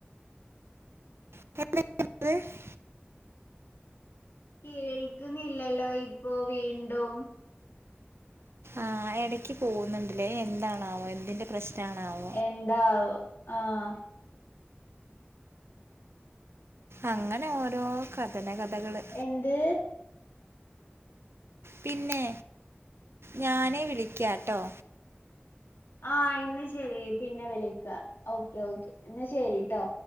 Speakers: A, on the right; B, on the left.
A: <unintelligible>
B: കേൾക്കുന്നില്ലല്ലോ ഇപ്പോ വീണ്ടും.
A: ആഹ് ഇടക്ക് പോകുന്നുണ്ടില്ലേ എന്താണാവോ എന്തിന്റെ പ്രശ്ന ആണാവോ?
B: എന്താവോ ആഹ്.
A: അങ്ങനെ ഓരോ കഥനകഥകള്.
B: എന്ത്?
A: പിന്നെ ഞാന് വിളിക്കാട്ടോ.
B: ആഹ് എന്ന് ശരി പിന്നെ വിളിക്കാ ഓക്കെ ഓക്കെ എന്ന് ശരി ട്ടോ.